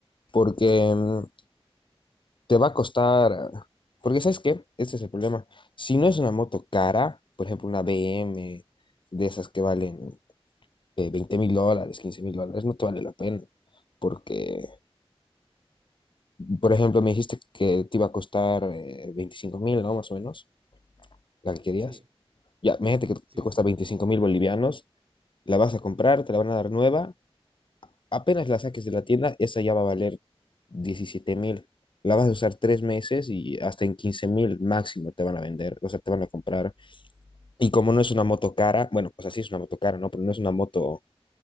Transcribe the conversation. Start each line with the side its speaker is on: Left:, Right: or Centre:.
Left: Porque mm, te va a costar, porque ¿sabes qué? Este es el problema. Si no es una moto cara, por ejemplo, una BM de esas que valen... que 20 mil dólares, quince mil dólares, no te vale la pena. Porque, por ejemplo, me dijiste que te iba a costar eh, 25 mil, ¿no? Más o menos, la que querías.
Right: sí,
Left: Ya, imagínate que
Right: sí,
Left: te cuesta
Right: sí,
Left: veinticinco mil bolivianos, la vas a comprar, te la van a dar nueva. Apenas la saques de la tienda, esa ya va a valer diecisiete mil. La vas a usar tres meses y hasta en quince mil máximo te van a vender, o sea, te van a comprar. Y como no es una moto cara, bueno, pues así es una moto cara, ¿no? Pero no es una moto,